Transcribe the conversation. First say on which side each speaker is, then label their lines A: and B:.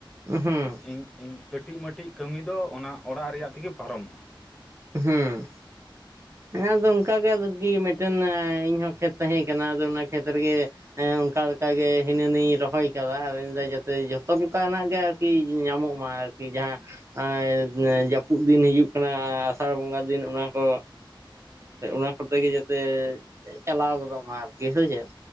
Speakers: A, on the right; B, in the centre.
A: ᱦᱩᱸ ᱦᱩᱸ
B: ᱢᱟᱱᱮ ᱤᱧ ᱠᱟᱹᱴᱤᱡᱼᱢᱟᱹᱴᱤᱡ ᱠᱟᱹᱢᱤ ᱫᱚ ᱚᱱᱟ ᱚᱸᱲᱟᱜ ᱨᱮᱭᱟᱜ ᱛᱮᱜᱮ ᱯᱟᱨᱚᱢᱚᱜᱼᱟ᱾
A: ᱦᱩᱸ ᱦᱮᱸ ᱟᱫᱚ ᱚᱱᱠᱟ ᱜᱮ ᱟᱨᱠᱤ ᱢᱤᱫᱴᱮᱱ ᱤᱧ ᱦᱚᱸ ᱠᱷᱮᱛ ᱛᱟᱦᱮᱸ ᱠᱟᱱᱟ ᱟᱫᱚ ᱚᱱᱟ ᱠᱷᱮᱛ ᱨᱮᱜᱮ ᱦᱮᱸ ᱚᱱᱠᱟ ᱞᱮᱠᱟ ᱜᱮ ᱦᱤᱱᱟᱹ ᱱᱤᱭᱟᱧ ᱨᱚᱦᱚᱭ ᱟᱠᱟᱫᱟ ᱟᱨ ᱤᱧ ᱢᱮᱱᱫᱟ ᱡᱟᱛᱮ ᱡᱷᱚᱛᱚ ᱞᱮᱠᱟᱱᱟᱜ ᱜᱮ ᱟᱨᱠᱤ ᱧᱟᱢᱚᱜ ᱢᱟ ᱟᱨᱠᱤ ᱡᱟᱦᱟᱸ ᱡᱟᱹᱯᱩᱫ ᱫᱤᱱ ᱦᱤᱡᱩᱜ ᱠᱟᱱᱟ ᱟᱸᱥᱟᱲ ᱵᱚᱸᱜᱟ ᱫᱤᱱ ᱚᱱᱟ ᱠᱚ ᱮᱻ ᱠᱚᱛᱮ ᱜᱮ ᱡᱟᱛᱮ ᱪᱟᱞᱟᱣ ᱜᱚᱫᱚᱜ ᱢᱟ ᱟᱨᱠᱤ ᱥᱮ ᱪᱮᱫ?